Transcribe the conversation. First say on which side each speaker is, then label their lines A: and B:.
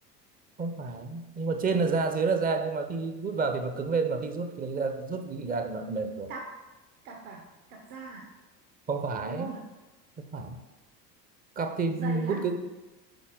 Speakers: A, on the right; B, on the right.
A: không phải nhưng mà trên là da dưới là da nhưng mà khi rút vào thì nó cứng lên mà khi rút thì ra rút cái gì ra thì nó lại mềm rồi
B: cặp cặp à cặp da à?
A: không phải
B: đúng không nhỉ
A: không phải cặp thì
B: giày á
A: rút cái